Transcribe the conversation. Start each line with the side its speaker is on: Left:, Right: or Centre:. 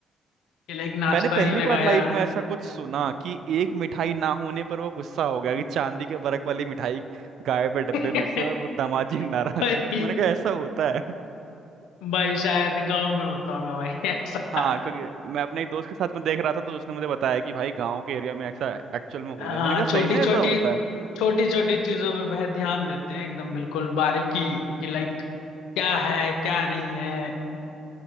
Left: कि लाइक नाश्ता
Right: मैंने पहली
Left: नहीं लगाया
Right: बार लाइफ में ऐसा कुछ सुना कि एक मिठाई ना होने पर वो गुस्सा हो गया कि चांदी के बरक वाली मिठाई गायब है डब्बे
Left: <laughs>
Right: में से और वो दामाजी <laughs> नाराज
Left: भाई
Right: हो गए। मैंने कहा ऐसा होता है
Left: भाई शायद गांव में होता होगा भाई ऐसा
Right: हाँ क्योंकि मैं अपने एक दोस्त के साथ में देख रहा था तो उसने मुझे बताया कि भाई गांव के एरिया में ऐसा एक्चुअल में होता
Left: हाँ
Right: है मैंने कहा
Left: छोटी
Right: सही में
Left: छोटी
Right: ऐसा होता
Left: छोटी छोटी चीजों पे वह ध्यान देते हैं एकदम बिल्कुल
Right: है
Left: बारीकी कि लाइक क्या है क्या नहीं है